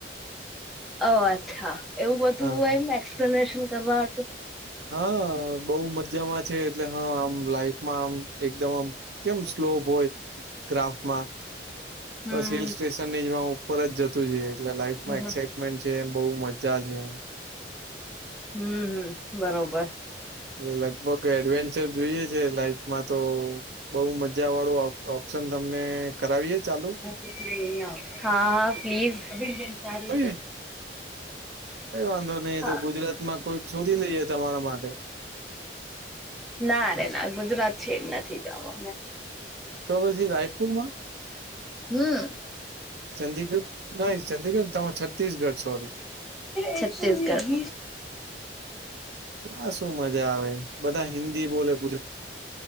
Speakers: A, in the centre; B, on the right.
A: ઓ અચ્છા એવું બધું
B: હા
A: એમ એક્સપ્લેનેશન કરવા હાટુ
B: હા બઉ મજામાં છે એટલે હા આમ લાઈફમાં આમ એકદમ આમ કેમ સ્લોપ હોય ગ્રાફમાં
A: હમ
B: બસ હિલ સ્ટેશનની જેમ આમ ઉપર જ જતું જુએ એટલે લાઈફમાં
A: હમ
B: એક્સા <unintelligible> છે એ બહુ મજા છે એમ
A: હમ્મ હમ્મ બરોબર
B: એ લગભગ એડવેન્ચર જોઈએ છે લાઈફ માં તો બઉુ મજાવાળું ઓપ્શન તમને કરાવીએ ચાલુ?
A: હા હા પ્લીઝ
B: કરાવીએ કઈ વાંધો નઈિ
A: હા
B: તો ગુજરાત માં કોઈ શોધી લઈએ તમારા માટે
A: ના રે ના! ગુજરાત છેડ નથી જાવો
B: તો પછી રાયપુર માં?
A: હમ્મ
B: ચંદીગઢ? નય ચંદીગઢ તમાર છત્તીસગઢ સોરી
A: છત્તીસગઢ
B: ત્યાં શું મજા આવે? બધા હિન્દી બોલે ગુજરા